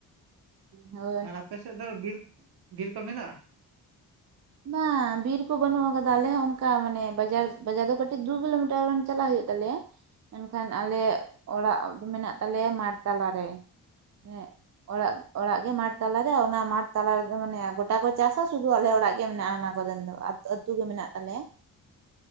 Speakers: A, on the right (about 45°); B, on the right (about 70°).
A: ᱦᱳ
B: ᱟᱨ ᱟᱯᱮ ᱥᱮᱫ ᱫᱚ ᱵᱤᱨ ᱵᱤᱨ ᱠᱚ ᱢᱮᱱᱟᱜᱼᱟ
A: ᱵᱟᱝ ᱵᱤᱨ ᱠᱚ ᱵᱟᱹᱱᱩᱜ ᱟᱠᱟᱫᱟ ᱟᱞᱮ ᱚᱱᱠᱟ ᱢᱟᱱᱮ ᱵᱟᱡᱟᱨ ᱵᱟᱡᱟᱨ ᱫᱚ ᱠᱟᱹᱴᱤᱡ ᱫᱩ ᱠᱤᱞᱳᱢᱤᱴᱟᱨ ᱜᱟᱱ ᱪᱟᱞᱟᱜ ᱦᱩᱭᱩᱜ ᱛᱟᱞᱮᱭᱟ ᱢᱮᱱᱠᱷᱟᱱ ᱟᱞᱮᱭᱟᱜ ᱚᱲᱟᱜ ᱢᱮᱱᱟᱜ ᱛᱟᱞᱮᱭᱟ ᱢᱟᱴᱷ ᱛᱟᱞᱟᱨᱮ ᱮᱸᱜ ᱚᱲᱟᱜ, ᱚᱲᱟᱜ ᱜᱮ ᱢᱟᱴᱷ ᱛᱟᱞᱟᱨᱮ ᱚᱱᱟ ᱢᱟᱴᱷ ᱛᱟᱞᱟ ᱨᱮᱫᱚ ᱢᱟᱱᱮ ᱜᱚᱴᱟ ᱠᱚ ᱪᱟᱥᱟ ᱥᱩᱫᱷᱩ ᱟᱞᱮ ᱚᱲᱟᱜ ᱜᱮ ᱜᱮ ᱢᱮᱱᱟᱜᱼᱟ ᱚᱱᱟ ᱠᱚᱨᱮᱱ ᱫᱚ ᱟᱹᱛᱩ ᱜᱮ ᱢᱮᱱᱟᱜ ᱛᱟᱞᱮᱭᱟ